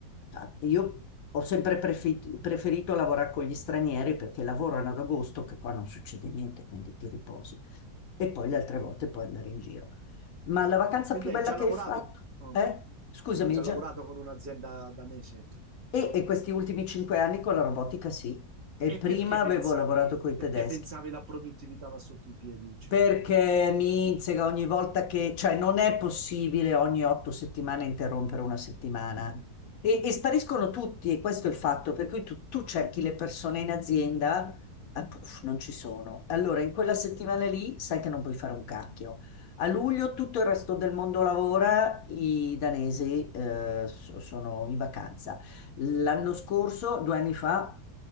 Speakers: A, on the left; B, on the right.
A: Ah, Io ho sempre prefe- preferito lavorare con gli stranieri perché lavorano ad agosto, che qua non succede niente, quindi ti riposi. E poi le altre volte puoi andare in giro. Ma la vacanza
B: Quindi
A: più bella
B: hai già
A: che
B: lavorato,
A: hai fatto?
B: oh,
A: Eh? Scusami,
B: hai già
A: Gian.
B: lavorato con un'azienda danese.
A: E, e questi ultimi cinque anni con la robotica, sì. E
B: E
A: prima
B: perché
A: avevo
B: pensavi,
A: lavorato con i
B: perché
A: tedeschi.
B: pensavi la produttività va sotto i piedi? Cioè,
A: Perché mi insega ogni volta che, cioè non è possibile ogni otto settimane interrompere una settimana. E, e spariscono tutti, e questo è il fatto, per cui tu, tu cerchi le persone in azienda, ah, puff, non ci sono. Allora, in quella settimana lì sai che non puoi fare un cacchio. A luglio tutto il resto del mondo lavora, i danesi eh, so- sono in vacanza. L'anno scorso, due anni fa,